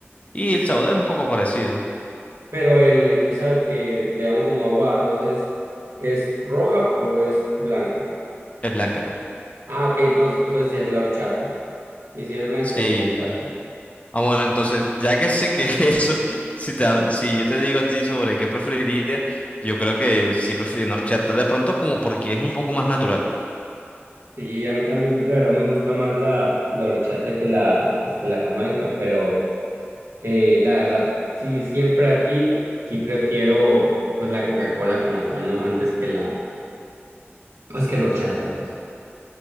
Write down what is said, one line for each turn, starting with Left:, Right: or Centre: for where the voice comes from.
Left: Y el sabor es un poco parecido.
Right: Pero el, esa que le llaman como agua de arroz es, ¿es roja o es blanca?
Left: Es blanca.
Right: Ah, ok, entonces, entonces sí es la horchata. Sí, sí es blanca,
Left: Sí.
Right: es la horchata.
Left: Ah, bueno, entonces, ya que sé que <laughs> eso, si, te hab- si yo te digo a ti sobre qué preferiría, yo creo que sí preferiría una horchata. De pronto como porque es un poco más natural.
Right: Sí, a mí también la verdad me gusta más la, la horchata que la, pues, que la jamaica, pero... Eh, la verdad, sí, siempre aquí sí prefiero pues la Coca-Cola como tal, ¿no? Antes que la, pues que la horchata, pues.